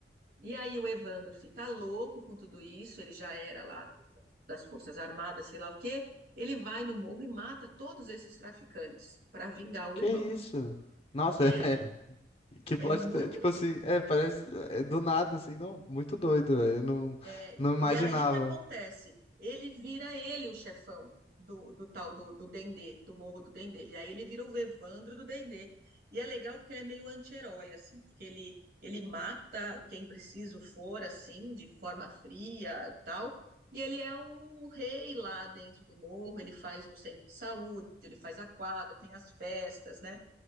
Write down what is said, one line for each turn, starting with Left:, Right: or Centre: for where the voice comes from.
Right: E aí o Evandro fica louco com tudo isso, ele já era lá do- das Forças Armadas, sei lá o quê. Ele vai no morro e mata todos esses traficantes para vingar o
Left: Que
Right: irmão.
Left: isso? Nossa,
Right: É,
Left: <laughs> Que
Right: é
Left: plot,
Right: muito
Left: t- tipo assim, é, parece é, do nada, assim, não, muito doido, velho, eu não,
Right: É,
Left: não imaginava.
Right: e aí o que acontece? Ele vira ele o chefão do, do tal do, do Dendê, do Morro do Dendê. E aí ele vira o Evandro do Dendê. E é legal porque ele é meio anti-herói, assim, porque ele, ele mata quem preciso for, assim, de forma fria tal. E ele é um rei lá dentro do morro, ele faz um centro de saúde, ele faz a quadra, tem as festas, né?